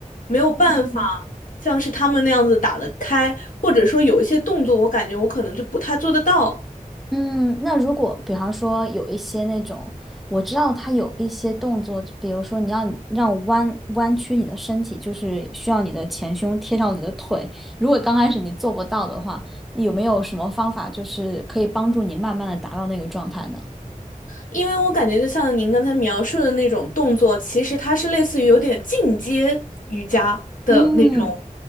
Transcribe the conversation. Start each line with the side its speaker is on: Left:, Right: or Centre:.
Left: 没有办法
Centre: 嗯
Left: 像是他们那样子打得开，或者说有一些动作，我感觉我可能就不太做得到。
Centre: 嗯，那如果比方说有一些那种，我知道他有一些动作，比如说你要让弯弯曲你的身体，就是需要你的前胸贴到你的腿。如果刚开始你做不到的话，有没有什么方法就是可以帮助你慢慢的达到那个状态呢？
Left: 因为我感觉就像您刚才描述的那种动作，其实它是类似于有点进阶瑜伽的那种，
Centre: 嗯